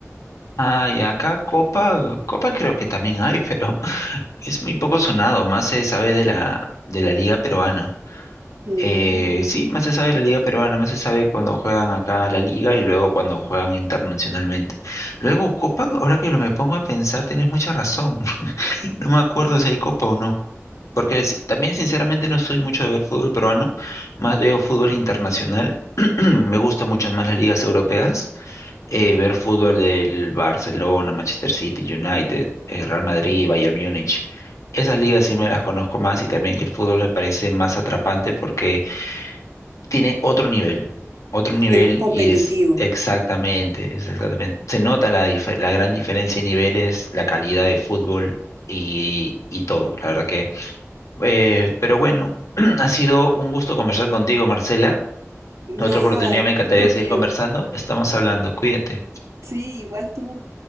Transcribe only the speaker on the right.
Mm,
es más competitivo.
Nada,
un
gusto
mío.
Sí, igual tú.